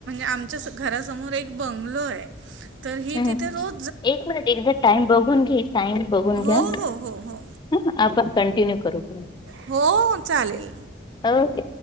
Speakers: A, on the right (about 65°); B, on the left (about 20°).
A: आमच्या च घरासमोर एक बंगलो आहे तर ही
B: हं,
A: तिथे
B: हं.
A: रो
B: एक मिनिट, एकदा टाइम बघून घे टाइम बघून घ्या
A: हो, हो, हो, हो.
B: ह आपण का कंटीन्यू करू.
A: हो चालेल.
B: ओके.